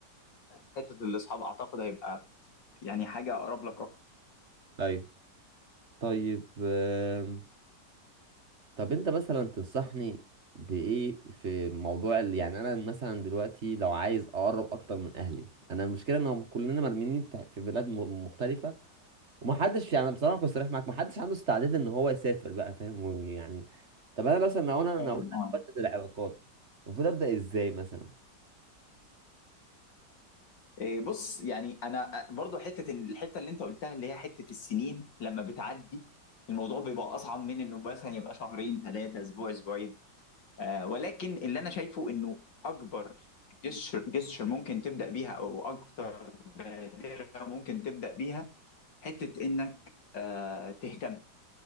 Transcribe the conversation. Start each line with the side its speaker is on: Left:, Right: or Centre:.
Left: فحته الاصحاب اعتقد هيبقى يعني حاجه اقرب لك اكتر
Right: ايوه طيب آم، طب انت مثلا تنصحني بايه في موضوع ال... يعني انا مثلا دلوقتي لو عايز اقرب اكتر من اهلي انا المشكله ان هم كلنا مرميين في في بلاد م- مختلفه ومحدش يعني بصراحه كنت صريح معاك محدش عنده استعداد ان هو يسافر بقى فاهم ويعني طب انا مثلا لو انا
Left: فاهم
Right: نويت
Left: اه
Right: ابدل العلاقات المفروض ابدا ازاي مثلا
Left: إيه، بص يعني انا آه، برضو حته إن- الحته اللي انت قلتها اللي هي حته السنين لما بتعدي الموضوع بيبقى اصعب من انه مثلا يبقى شهرين ثلاثه اسبوع اسبوعين آه، ولكن اللي انا شايفه انه اكبر جسر جسر ممكن تبدا بيها او اكتر بادره ممكن تبدا بيها حته انك آه، تهتم